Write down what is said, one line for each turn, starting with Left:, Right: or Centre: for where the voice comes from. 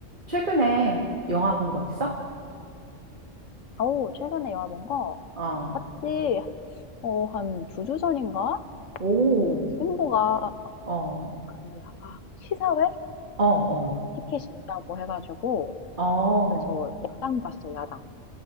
Right: 최근에 영화 본 거 있어?
Left: 어 최근에 영화 본 거?
Right: 어.
Left: 봤지. 어 한 두 주 전인가?
Right: 오.
Left: 그 친구가 음.
Right: 어.
Left: 그 아 시사회
Right: 어, 어.
Left: 티켓이 있다고 해 가지고
Right: 어.
Left: 그래서 야당 봤어 야당.